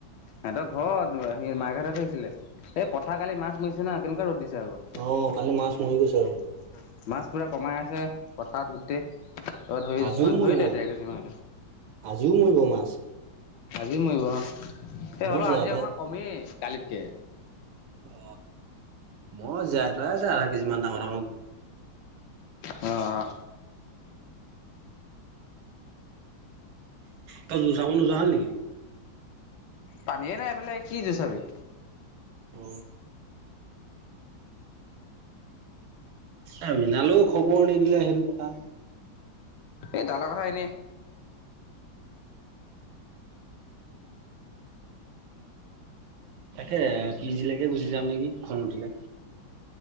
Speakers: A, on the left; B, on the right.
A: সিহতৰ ঘৰত। সেই মাকহতে ধৰিছিলে এই পথাৰ কালি মাছ মৰিছে না কেনেকোৱা ৰ'দ দিছিল। মাছ
B: অ কালি মৰি গৈছে অ',
A: পুৰা কমাই আছে পথাৰত গোটেই। ত ধৰি
B: আজিও মৰিব
A: ধৰিলে দে কেজি মান।
B: আজিও মৰিব মাছ
A: আজি মৰিব এই
B: মই
A: হলও
B: জীয়াই
A: আজি অকণমান কমেই কালিতকে।
B: অ মই জীয়াই থৰা আছে আধা কেজি মান ডাঙৰ ডাঙৰ
A: অঁ।
B: ত জো চাব নোযোৱা হলি নিকি?
A: পানীয়ে নাই পেলাই কি জোৰ চাবি।
B: অ এ মৃণালেও খবৰ নিদিলে সেইটো কথা।
A: এই তালা কথা এনে
B: তাকে পি জিলৈকে গুচি যাম নেকি খন উঠিলে।